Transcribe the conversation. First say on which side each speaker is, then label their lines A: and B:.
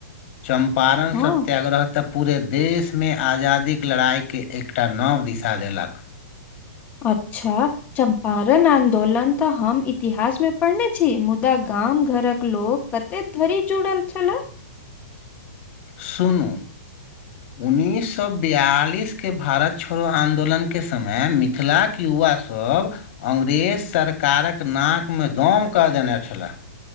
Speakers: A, on the left (about 45°); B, on the left (about 20°).
A: चम्पारण
B: हँ
A: सत्याग्रह तऽ पूरे देशमे आजादीक लड़ाइके एकटा नव दिशा देलक
B: अच्छा चम्पारण रण आन्दोलन तऽ हम इतिहासमे पढ़ने छी मुदा गाम घरक लोक कते धरि जुड़ल छलए
A: शूनू उन्नैस सए बिआलिसके भारत छोड़ो आन्दोलनके समय मिथिलाक युवा सब अङ्ंग्रेज सरकारक नाकमे दम कऽ देने छलए